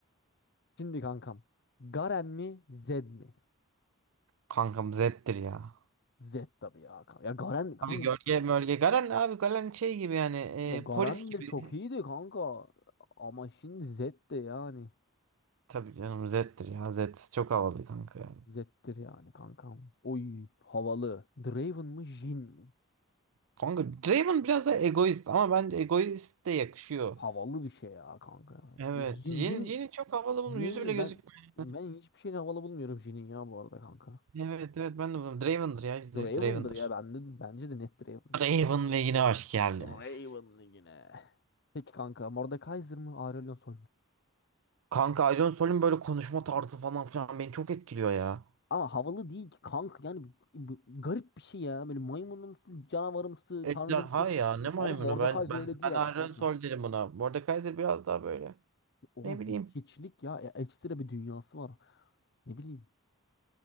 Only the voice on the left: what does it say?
Şimdi kankam. Garen mi? Zed mi?
Zed tabii ya kanka. Ya Garen kanka.
Ya Garen
de çok iyiydi kanka. Ama şimdi Zed de yani.
Zed'dir yani kankam. Oy havalı. Draven mı Jhin mi?
Havalı bir şey ya kanka.
Jhin
Jhin
ne?
Ben ben hiçbir şeyin havalı bulmuyorum Jhin'in ya bu arada kanka.
Draven'dır
ya bende bence de net Draven'dır.
Raven yine. Peki kanka Mordekaiser mı Aurelion Sol mu?
Ama havalı değil ki kanka yani bu- bu- garip bir şey ya. Böyle maymunumsu, canavarımsı,
tanrımsı.
Ama Mordekaiser
öyle değil
ama kanka.
Oğlum
hi- hiçlik ya. E, ekstra bir dünyası var. Ne bileyim.